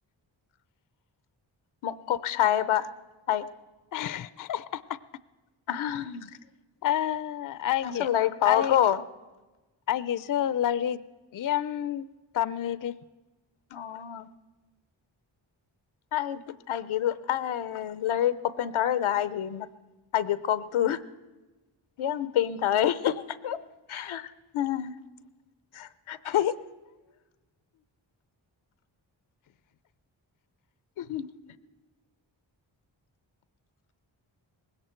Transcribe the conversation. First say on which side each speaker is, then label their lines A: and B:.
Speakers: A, on the left; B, on the left.
A: ꯃꯀꯣꯛ ꯁꯥꯏꯑꯕ ꯑꯩ
B: <inaudible>
A: <inaudible>
B: ꯑ ꯑꯩꯒꯤ
A: ꯅꯪꯁꯨ ꯂꯥꯏꯔꯤꯛ ꯄꯥꯎꯀꯣ
B: ꯑꯩ ꯑꯩꯒꯤꯁꯨ ꯂꯥꯏꯔꯤꯛ ꯌꯥꯝ ꯇꯝꯂꯤ
A: ꯑꯣ ꯑ ꯑꯩꯒꯤꯗꯨ ꯑ ꯂꯔꯤꯛ ꯑꯣꯄꯦꯟ ꯇꯧꯔꯦꯒ ꯍꯥꯏꯒꯤ ꯑꯩꯒꯤ ꯀꯣꯛꯇꯨ ꯌꯥ ꯄꯦꯟ ꯇꯧꯑꯦ <unintelligible> <unintelligible> <unintelligible>